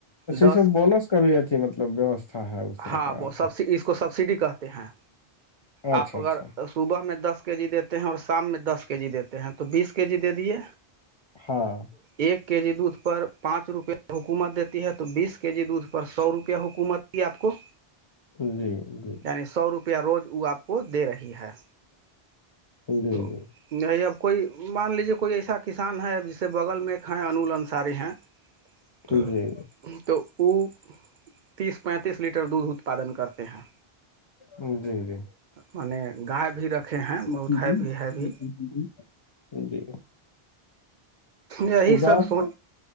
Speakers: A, on the right; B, on the left.
A: دس
B: س بونس کا بھی اھی مطلب ووستھا ہے اس طرح
A: ہاں
B: کا
A: وہ
B: ا
A: سب اس کو سبسڈی کہتے ہیں
B: اچھا
A: آپ اگر
B: اچھا
A: صبح میں دس کے جی دیتے ہیں اور شام میں دس کے جی دیتے ہیں تو بیس کے جی دے دیے
B: ہاں
A: ایک کے جی دودھ پر پانچ روپئے حکومت دیتی ہے تو بیس کے جی دودھ پر سو روپئے حکومت جی آپ کو
B: جی جی
A: یعنی سو روپیہ روز وہ آپ کو دے رہی ہے
B: جی
A: تو
B: جی
A: نہیں اب کوئی مان لیجیے کوئی ایسا کسان ہے ا جسے بغل میں ایک ہیں انول انساری ہیں ہ
B: جی
A: تو وہ تیس پینتیس لیٹر دودھ اتپادن کرتے ہیں
B: ہ جی جی
A: مان نے گائے بھی رکھے ہیں بہت
B: جی
A: ہے بھی ہے بھی
B: جی جی
A: یہی
B: گاس
A: سب سوچ
B: تو